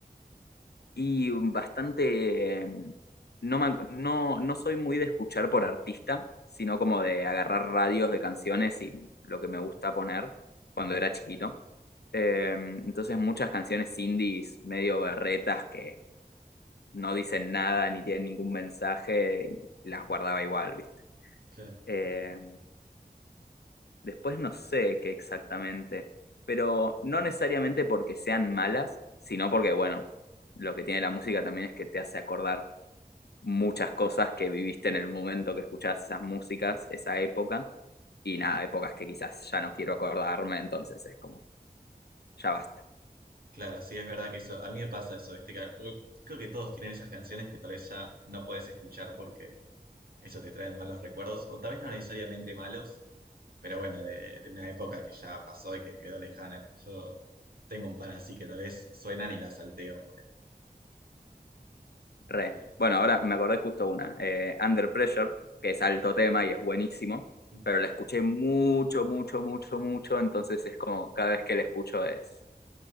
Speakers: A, on the left; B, on the right.
A: Y bastante, eh, no, me ac- no, no soy muy de escuchar por artista, sino como de agarrar radios de canciones y lo que me gusta poner cuando
B: Mm,
A: era chiquito. Eh, entonces muchas canciones indies medio berretas que no dicen nada ni tienen ningún mensaje y las guardaba igual, ¿viste?
B: Claro,
A: Eh, después no sé qué exactamente, pero no necesariamente porque sean malas, sino porque, bueno, lo que tiene la música también es que te hace acordar muchas cosas que viviste en el momento que escuchás esas músicas, esa época, y nada, épocas que quizás ya no quiero acordarme, entonces es como, ya basta,
B: claro, sí, es verdad que eso, a mí me pasa eso, ¿viste? Que, uh, creo que todos tienen esas canciones que tal vez ya no podés escuchar eso te trae malos recuerdos, o tal vez no necesariamente malos, pero bueno, de, de una época que ya pasó y que quedó lejana. Yo tengo un par así que tal vez suenan y las salteo, ponele.
A: re.
B: Pero
A: Bueno, ahora me acordé justo una, eh, Under Pressure, que es alto tema y es buenísimo,
B: mm,
A: pero la escuché mucho, mucho, mucho, mucho, entonces es como, cada vez que la escucho es,